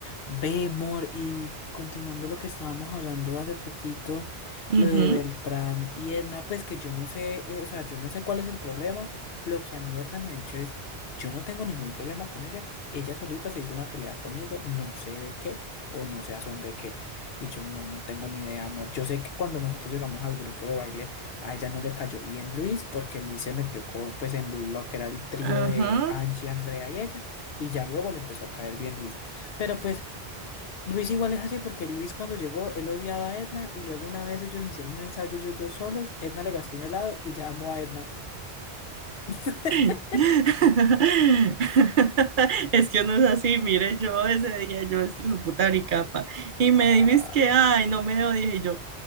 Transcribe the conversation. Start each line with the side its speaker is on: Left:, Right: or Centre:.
Left: Ve, Mor, y continuando lo que estábamos hablando hace poquito,
Right: Ujú,
Left: lo de Beltrán y Edna, pues que yo no sé, eh, o sea, yo no sé cuál es el problema. Lo que a mí Edna me ha dicho es, yo no tengo ningún problema con ella. Ella solita se hizo una pelea conmigo, no sé de qué o no sé a son de qué. Y yo no, no tengo ni idea, amor. Yo sé que cuando nosotros llegamos al grupo de baile, a ella no le cayó bien Luis, porque Luis se metió co- pues en lo que era el trío
Right: Ajá.
Left: de Angie, Andrea y ella, y ya luego le empezó a caer bien Luis. Pero pues Luis igual es así porque Luis cuando llegó, él odiaba a Edna y luego una vez ellos hicieron un ensayo ellos dos solos, Edna le gastó un helado y ya amó a Edna. <laughs>
Right: <laughs> Es que uno es así, mire, yo ese día yo es hijo de puta capa y me
Left: Ah,
Right: dijiste que, ay, no me dio, dije yo,